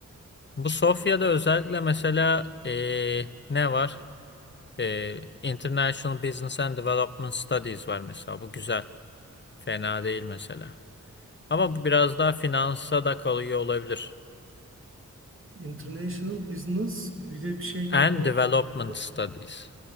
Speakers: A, on the left (about 35°); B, on the right (about 40°).
A: Bu Sofya'da özellikle mesela eee, ne var? Eee, International Business and Development Studies var mesela. Bu güzel. Fena değil mesela. Ama bu biraz daha finansa da kalıyor olabilir.
B: International Business bir de bir şey
A: And
B: development
A: Development
B: var.
A: Studies.